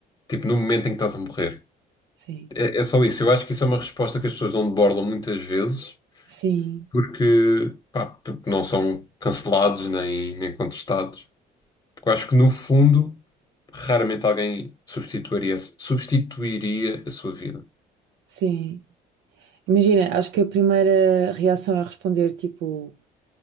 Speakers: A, on the left; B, on the right.
A: Tipo, no momento em que estás a morrer.
B: Sim,
A: É, é só isso. Eu acho que isso é uma resposta que as pessoas não debordam muitas vezes
B: sim,
A: porque, pá, porque não são cancelados nem, nem contestados. Porque eu acho que no fundo raramente alguém substituiria, substituiria a sua vida.
B: sim. Imagina, acho que a primeira reação é responder, tipo,